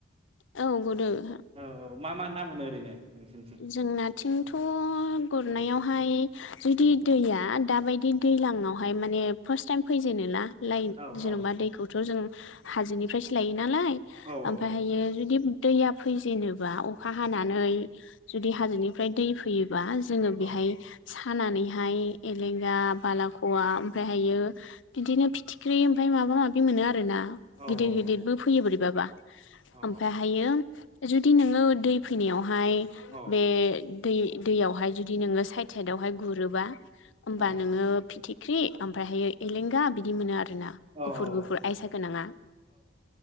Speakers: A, on the left; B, on the right.
A: औ गुदु
B: औ औ मा मा- ना मोनो ओरैनो नोंसोरनिथिं
A: जों ना थिंथ' गुरनायावहाय
B: उम
A: जुदि
B: उम
A: दैया दाबायदि दि दैलांआवहाय माने फार्स्ट टाइम फैजेनो ना लाइन
B: औ
A: जेन'बा
B: औ
A: दैखौथ' जों हाजोनिफ्रायसो लायो नालाय
B: औ
A: ओमफ्राय
B: औ
A: हायो जुदि दैया फैजेेनोबा अखा हानानै
B: उम
A: जुदि हाजोनिफ्राय दै फैयो बा जोङो
B: औ
A: बेहाय हानानैहाय एलेंगा बालाख'वा ओमफ्रायहायो बिदिनो फिथिख्रि ओमफ्राय माबा माबि मोनो आरो ना
B: औ
A: गिदिर
B: औ औ
A: गिदिरबो फैयो बोरैबाबा
B: औ
A: ओमफ्राय हायो जुदि नोङो दै फैनायावहाय
B: औ
A: बे दै दैयावहाय जुदि नोङो साइद साइदआवहाय गुरोबा होमबा
B: औ
A: नोङो फिथि ख्रि ओमफ्राय हाययो एलेंगा बिदि मोनो आरोख आरोना
B: औ
A: गुफुर
B: औ
A: गुफुर आयसा गोनाङा